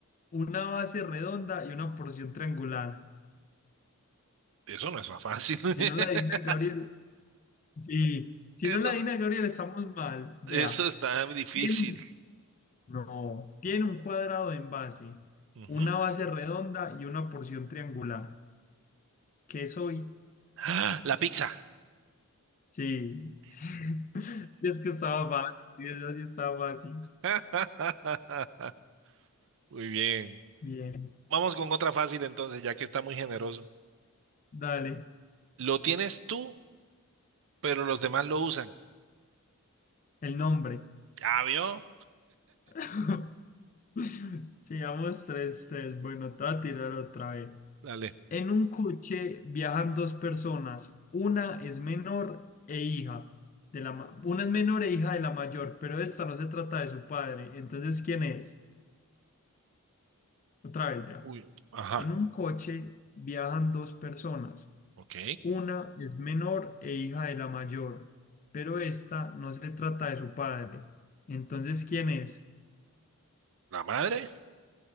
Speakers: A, on the left (about 35°); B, on the right (about 60°).
A: una base redonda y una porción triangular.
B: Eso no es tan fácil. <laughs>
A: Si no la adivina Gabriel, sí. Si
B: Eso,
A: no la adivina
B: no-
A: Gabriel, estamos mal. Vea,
B: eso está difícil.
A: tiene un- no, tiene un cuadrado en base,
B: Ujú.
A: una base redonda y una porción triangular. ¿Qué soy?
B: ¡Ah! La pizza.
A: Sí, sí. <laughs> Es que estaba fácil, yo sí estaba fácil.
B: <laughs> Muy bien.
A: Bien,
B: Vamos con otra fácil entonces, ya que está muy generoso.
A: dale,
B: Lo tienes tú, pero los demás lo usan.
A: el nombre.
B: ¿Ya vio?
A: <laughs> Sigamos tres, tres. Bueno, te voy a tirar otra vez.
B: Dale.
A: En un coche viajan dos personas. Una es menor e hija de la ma- una es menor e hija de la mayor, pero esta no se trata de su padre. Entonces, ¿quién es? Otra vez, vea.
B: Uy. Ajá.
A: En un coche viajan dos personas.
B: Ok.
A: Una es menor e hija de la mayor, pero esta no se trata de su padre. Entonces, ¿quién es?
B: ¿La madre?